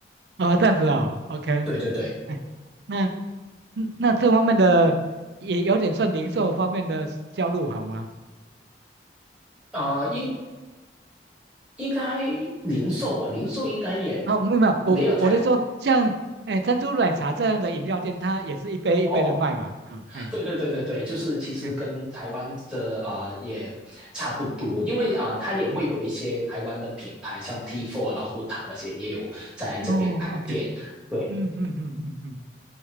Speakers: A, on the right (about 70°); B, in the centre.
A: 啊，这样子哦，OK，
B: 对对对，
A: 哎，那嗯那这方面的也有点算零售方面的销路好吗？
B: 啊，呃应应该零售啊，零售应该也
A: 啊，没有没有，我我我在说像哎珍珠奶茶这样的饮料店，
B: 没有太
A: 它也是一杯一杯的卖嘛，
B: 哦，
A: 啊，哎
B: 对对对对对，就是其实跟台湾的啊、
A: 哎，
B: 呃也差不多，因为啊、呃它也会有一些台湾的品牌，
A: 嗯嗯，
B: 像 T4 老虎堂那些也有在这边开店，
A: 哦，OK，
B: 对
A: 嗯嗯嗯嗯嗯。嗯